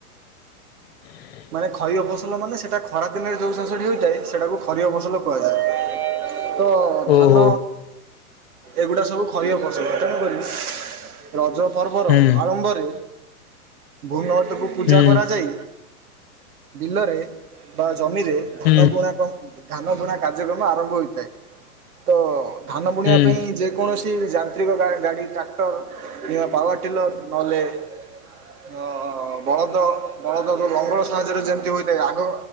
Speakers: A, on the left; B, on the right.
A: ହ
B: ମାନେ ଖରିଫ ଫସଲ ମାନେ ସେଟା ଖରା ଦିନରେ ଯୋଉ ଜିନିଷଟି ହେଉଥାଏ ସେଟାକୁ ଖରିଆ ଫସଲ କୁହାଯାଏ। ତ
A: ଓହୋ
B: ଧାନ ଏଗୁଡ଼ା ସବୁ ଖରିପ୍ ପସଲ ତେଣୁକରି ରଜ ପର୍ବର
A: ହୁଁ
B: ଆରମ୍ଭରେ ଭୂମ ପୂଜା
A: ହୁଁ
B: କରାଯାଇ ବିଲରେ ବା ଜମିରେ ଧାନ
A: ହୁଁ
B: ବୁଣା କ ଧାନ ବୁଣା କାର୍ଯ୍ୟକ୍ରମ ଆରମ୍ଭ ହୋଇଥାଏ ତ ଧାନ ବୁଣିବା
A: ହୁଁ
B: ପାଇଁ ଯେ କୌଣସି ଯାନ୍ତ୍ରିକ ଗାଡ଼ି ଟ୍ରାକ୍ଟର କିମ୍ବା ପାୱାର ଟିଲର୍ ନହେଲେ ଓ ବଳଦ ବଳଦ ଲଙ୍ଗଳ ସାହାଯ୍ୟରେ ଯେମତି ହୋଇଥାଏ ଆଗ